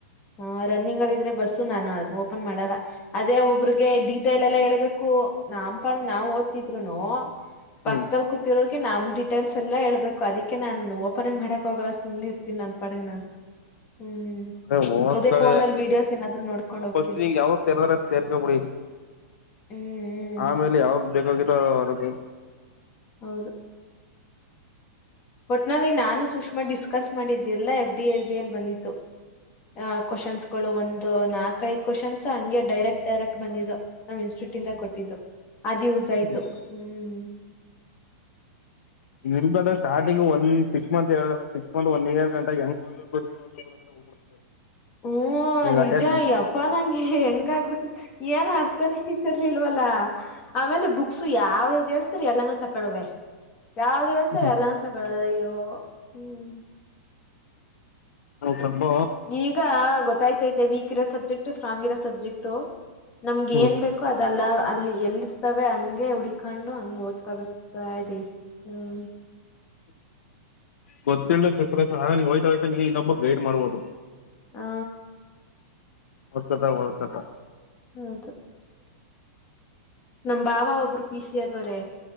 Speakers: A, on the left; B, on the left.
A: ಹ ರನ್ನಿಂಗ್ ಅಲ್ಲಿ ಇದ್ರೆ ಬಸ್ಸು ನಾನು ಅ ಓಪನ್ ಮಾಡಲ್ಲ ಅದೇ ಒಬ್ರಿಗೆ ಡೀಟೇಲ್ ಎಲ್ಲ ಹೇಳ್ಬೇಕು ನಾಮ್ ಪಣ ನಾವ್ ಓದ್ರರೀದ್ರುನು
B: ಹ್ಮ್
A: ಪಕ್ಕದಲ್ ಕೂತಿರೋರ್ಗೆ ನಮ್ ಡೀಟೇಲ್ಸ್ ಎಲ್ಲಾ ಹೇಳ್ಬೇಕು ಅದಿಕ್ಕೆ ನಾನನ್ ಓಪನ್ರರೇಮಾಡಕ್ ಹೋಗಲ್ಲ ಸುಮ್ನೆ ಇರ್ತೀನಿ ನನ್ಪಾಡಂಗ ನಾನನ್ ಹ್ಮ್
B: ಅ ಒಂದ್
A: ಅದೇ
B: ಕಳ
A: ಫೋನಲ್ಲಿ ವಿಡಿಯೋಸ್ ಏನಾದ್ರು ನೋಡ್ಕೊಂಡ್ ಹೋಗ್ತೀನಿ
B: ಫಸ್ಟ್ ನೀ ಯಾವಾಗ ಸೇರ್ದಾರ ಸೇರ್ಕ್ಬ ಬಿಡಿ
A: ಹ್ಮ್ ಹ್ಮ್
B: ಆಮೇಲೆ ಯಾವಾಗ ಬೇಕಾಗಿರೋ ಅದಕ್ಕೆ
A: ಹೌದು ಒಟ್ನಲ್ಲಿ ನಾನು ಸುಷ್ಮಾ ಡಿಸ್ಕಸ್ ಮಾಡಿದ್ದೆಲ್ಲ ಎಫ್ಡಿಎಸ್ಡಿಎಲ್ ಬಂದಿತ್ತು ಆ ಕ್ವನ್ಸ್ ಗಳು ಒಂದು ನಾಕ ಐದು ಕ್ವನ್ಸ್ ಹಂ ಡೈರೆಕ್ಟ್ ಡೈರೆಕ್ಟ್ ಬಂದಿದ್ದು ಕೊಟ್ಟ ಇದು ಅದು ಯೂಸ್ ಆಯ್ತು
B: ಹ್ಮ್
A: ಹ್ಮ್
B: ನಿಮ್ದಂದ್ರೆ ಸ್ಟಾರ್ಟಿಂಗ್ ಒಂದ ಸಿಕ್ಸ್ ಮಂತ್ ಹೇಳ ಸಿಕ್ಸ್ ಮತ್ ಒನ್ ಏರ್ ಗಂಟ ಹೆಂಗ್ಓದಬೇಕು ಏನ್ದ್ಬೇಕ ಅ್ರ ಹೋಗ್ಬಿಡ್ತದೆ
A: ಹ್ಮ
B: ನೀಗ
A: ನಿಜ
B: ಅಟೆಂಡ್
A: ಯಪ್ಪ ನಂಗೆ ಹೆಂಗ ಆಗ್ಬಿಟ್ಟ ಏನ್ ಅರ್ಥನೇ ಹತಿರ್ ಇಲ್ವಲ್ಲ ಆಮೇಲೆ ಬುಕ್ಸ್ ಯಾವ್ದ್ದು ಹೇಳ್ತರಿ ಎಲ್ಲಾನೂ ತಕಳುವೆ ಯಾವ್ದು ಹೇಳ್ತಾರೆ
B: ಹ್ಮ್
A: ಎಲ್ಲಾನ ತಗೊಳ್ಳದಯ್ಯೋ ಹ್ಮ್
B: ಸ್ವಲ್ಪ
A: ಈಗ ಗೊತ್ತಾಯ್ತತೆ ವೀಕ್ ಇರೋ ಸಬ್ಜೆಕ್ಟ್ ಸ್ಟ್ರಾಂಗ್ ಇರೋ ಸಬ್ಜೆಕ್ಟು ನಮ್ಗೆ
B: ಹ್ಮ್
A: ಏನ್ ಬೇಕೋ ಅದಲ್ಲ ಅಲ್ಲಿ ಎಲ್ಲಿ ಇರ್ತವೆ ಹಂಗೆ ಹುಡ್ಕೊಂಡು ಹಂಗ ಓದ್ತ ಅದತಾರಿ ಹ್ಮ್
B: ಗೊತ್ತ ಹಯ್ತಾ ಹ್ತಾ ನೀ ಇನ್ನೊಬ್ಬ ಗೈಡ್ ಮಾಡ್ಬಹದು
A: ಹಾ
B: ಓದತದ ದತತ
A: ಹೌದು ನಮ್ ಬಾವ ಒಬ್ರು ಪಿ ಸಿ ಆಗವ್ರೆ